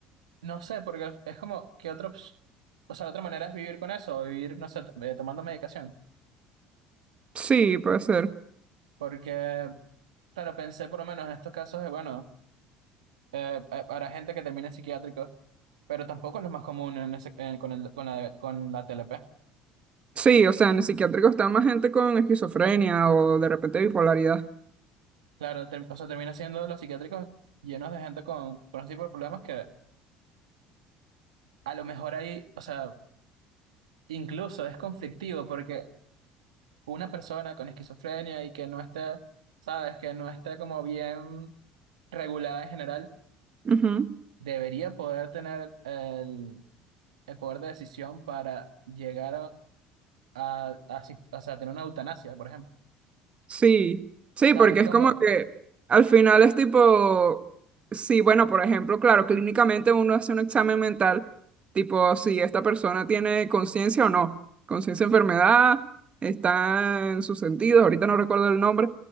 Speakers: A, on the right; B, on the right.
A: no sé, porque es como que otra, ops- o sea, la otra manera es vivir con eso, o vivir, no sé, t- eh, tomando medicación.
B: sí, puede ser.
A: Porque, claro, pensé por lo menos en estos casos de, bueno, eh, eh, para gente que termina en psiquiátrico, pero tampoco es lo más común en ese- eh, con el, con la, con la TLP.
B: Sí, o sea, en el psiquiátrico está más gente con esquizofrenia o de repente bipolaridad.
A: Claro, ter- o sea, termina siendo los psiquiátricos llenos de gente con, con ese tipo de problemas que a lo mejor ahí, o sea, incluso es conflictivo, porque una persona con esquizofrenia y que no esté, sabes, que no esté como bien regulada en general,
B: Ujú.
A: debería poder tener el, el poder de decisión para llegar a, a, a asist- o sea, tener una eutanasia, por ejemplo.
B: Sí, sí,
A: Sabes,
B: porque
A: es
B: es
A: como,
B: como que al final es tipo, sí, bueno, por ejemplo, claro, clínicamente uno hace un examen mental, tipo si esta persona tiene conciencia o no, conciencia de enfermedad, está en sus sentidos, ahorita no recuerdo el nombre,